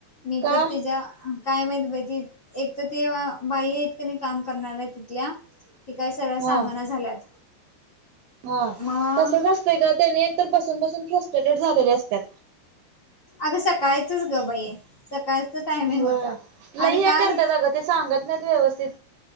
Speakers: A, on the left; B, on the right.
A: मी
B: का
A: जर त्या काय माहित बाई ती एक तर ते बाई आहेत क नाही काम करणाऱ्या तिथल्या की काय सरळ सांगना
B: हा
A: झाल्यात.
B: हा
A: मग
B: तसच असतंय ग त्यानी एकतर बसून बसून फ्रस्ट्रेटेड झालेले असतात.
A: अगं सकाळचच ग बाई सकाळच टायमिंग
B: होय
A: होत
B: लई
A: आणि
B: हे
A: काल
B: करत्यात अगं ते सांगत नाहीत व्यवस्थित